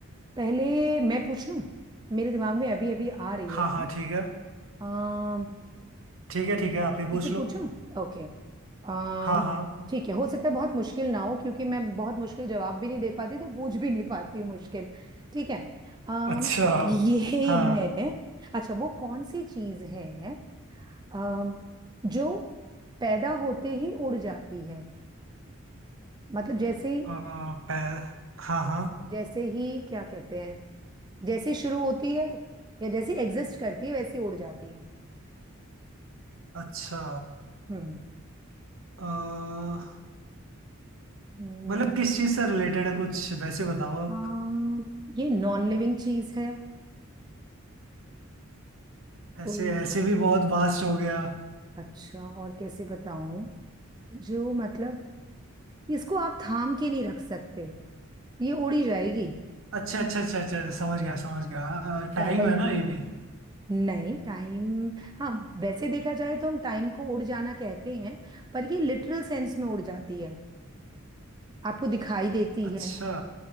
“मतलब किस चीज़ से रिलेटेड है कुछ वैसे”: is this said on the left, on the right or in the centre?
Right